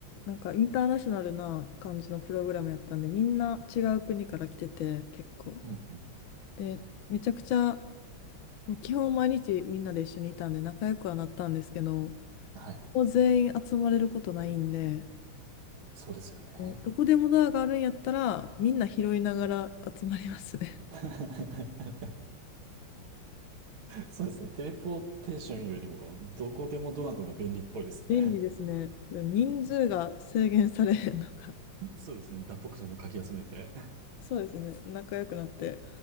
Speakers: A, on the left (about 70°); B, on the right (about 75°).
A: なんかインターナショナルな感じのプログラムやったんで、みんな違う国から来てて、結構。
B: うん、うん、うん。
A: で、めちゃくちゃ、もう基本毎日みんなで一緒にいたんで仲良くはなったんですけど、
B: はい。
A: もう全員集まれることないんで、
B: そうですよね。
A: もうどこでもドアがあるんやったら、みんな拾いながら集まりますね。
B: <laughs> そうですね。テレポーテーションよりも、どこでもドアのが便利っぽいですね。
A: <laughs> 便利ですね。人数が制限されへんのか。
B: <laughs> そうですね。脱北者もかき集めて。
A: そうですね。仲良くなって